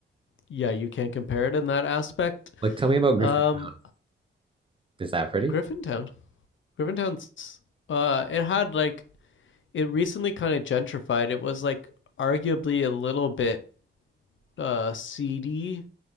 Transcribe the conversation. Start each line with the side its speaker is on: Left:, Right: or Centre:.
Left: yeah, you can't compare it in that aspect.
Right: Like, tell me about Griffintown.
Left: Um,
Right: Is that pretty?
Left: Griffintown. Griffintown's uh, it had like it recently kind of gentrified. It was like arguably a little bit uh seedy